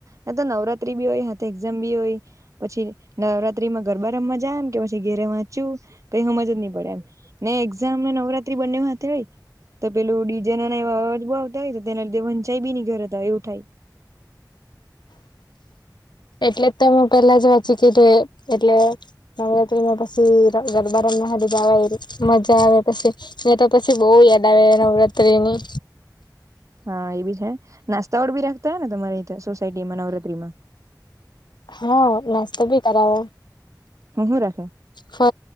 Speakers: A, on the right; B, on the left.
A: એમ તો નવરાત્રી બી હોય હ એક્ઝામ બી હોય પછી નવરાત્રી માં ગરબા રમમાંજા એમ કે પછી ઘેરે વાંચું કઈ સમજ જ નઈ પડે એમ નને એક્ઝામને નવરાત્રી બંને હાથે હોય તો પેલું ડીજા ના બ આવતા હોય તેના લીધે વંચાઈ બીની ઘર હતા એવું થાય
B: એટલે તો મેું પેલા જ વાંચી કીધું એ એટલે નવરાત્રીમાં પછી ગરબાર જવા એ મજા આવે પછી યા તો પછી બહુ યાદ આવે નવરાત્રીની
A: હા એ બી છે નાસ્તાઓડ બી રાખતા હોય ને તમારે સોસાયટીમાં નવરાત્રીમાં
B: હા નાસ્તો ભી કરાવો
A: હહ રાખે
B: ફ